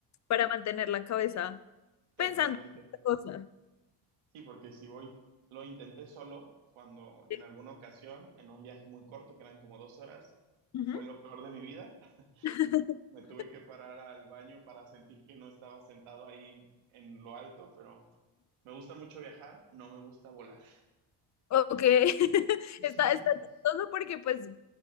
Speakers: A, on the left; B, on the right.
A: para mantener la cabeza
B: Totalmente.
A: pensando en otras cosas.
B: Sí, porque si voy, lo intenté solo cuando en
A: Sí.
B: alguna ocasión, en un viaje muy corto, que eran como dos horas,
A: Ujú.
B: fue lo peor de mi vida. <laughs>
A: <laughs>
B: Me tuve que parar al baño para sentir que no estaba sentado ahí en lo alto, pero me gusta mucho viajar, no me gusta volar.
A: Ok, <laughs>
B: <laughs>
A: está, está chistoso porque pues